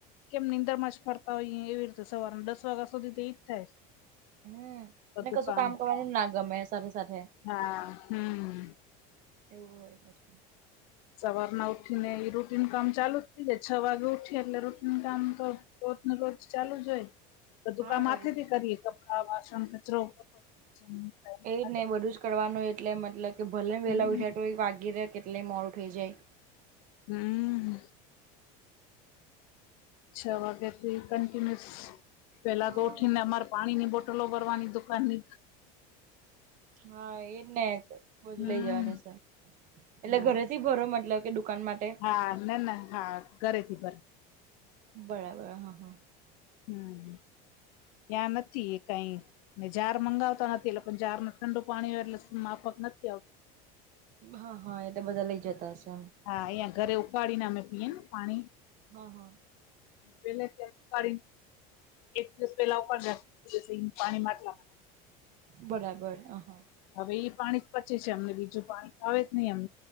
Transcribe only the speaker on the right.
હમ
ને
કશું
કરવાનું ના ગમે સાથે સાથે
એવું હોય પછી
હા વળી
એ
જ ને બધું જ કરવાનું એટલે મતલબ કે ભલે
વેલા ઉઠા તો વાગી રહે કેટલેય મોડું થઈ જાય.
હા
હા એજ ને બધું
લઇ જવાની છે એટલે
ઘરે થી ભરો મતબ કે દુકાન માટે
બરાબર હા હા
હા હા એટલે બધા લઇ જતા હશે આમ.
હા, હા.
બરાબર અ હ